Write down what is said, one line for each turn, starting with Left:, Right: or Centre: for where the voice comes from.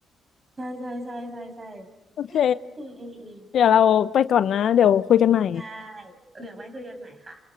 Right: ใช่ใช่ใช่ใช่ใช่
Left: <laughs> โอเค
Right: อืมอืมอืม
Left: เดี๋ยวเราไปก่อนนะเดี๋ยวคุยกันใหม่
Right: ได้เดี๋ยวไว้คุยกันใหม่ค่ะ